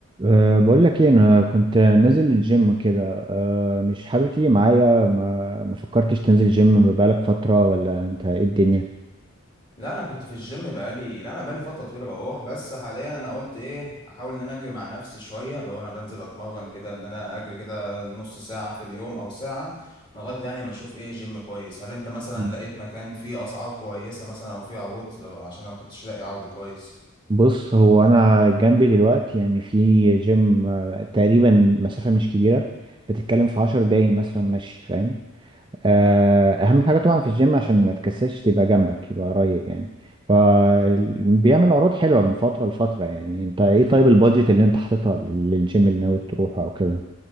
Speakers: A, on the right; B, on the left.
A: أه بقول لك ايه انا كنت نازل الجيم كده أه مش حابب تيجي معايا ما ما فكرتش تنزل جيم بقالك فترة ولا انت ايه الدنيا
B: لا انا كنت في الجيم بقالي لا انا بقالي فتره طويله بروح بس حاليا انا قلت ايه احاول ان انا اجري مع نفسي شويه لو انا بنزل اتمرن كده ان انا اجري كده نص ساعه في اليوم او ساعه لغايه يعني ما اشوف ايه جيم كويس هل انت مثلا
A: مم.
B: لقيت مكان فيه اسعار كويسه مثلا او فيه عروض لو عشان انا ما كنتش لاقي عرض كويس
A: بص هو انا جنبي دلوقتي يعني في جيم آه، تقريبا مسافة مش كبيرة بتتكلم في عشر دقايق مثلا ماشي فاهم آه،
B: امم.
A: اهم حاجة طبعا في الجيم عشان ما تكسلش تبقى جنبك يبقى قريب يعني فبيعمل عروض حلوة من فترة لفترة يعني انت ايه طيب البادجت اللي انت حاططها لل- للجيم اللي ناوي تروحه او كده